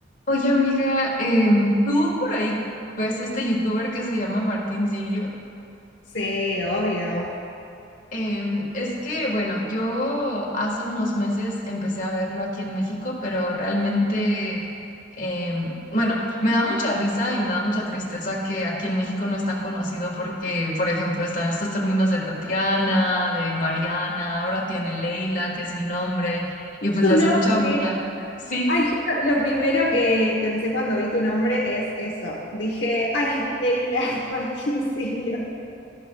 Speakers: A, on the left (about 45°); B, on the left (about 65°).
A: Oye, amiga, em, tú por ahí ves a este youtuber que se llama Martín Sirio.
B: Sí, obvio.
A: Em, es que, bueno, yo hace unos meses empecé a verlo aquí en México, pero realmente, em, bueno, me da mucha risa y me da mucha tristeza que aquí en México no es tan conocido porque, por ejemplo, están estos términos de Tatiana, de Mariana, ahora tiene Leila, que es mi nombre, y
B: Tu
A: pues le hace
B: nombre.
A: mucha burla. Sí.
B: Ay, yo lo lo primero que pensé cuando vi tu nombre es eso. Dije, ay, Leila <laughs> Martín Sirio.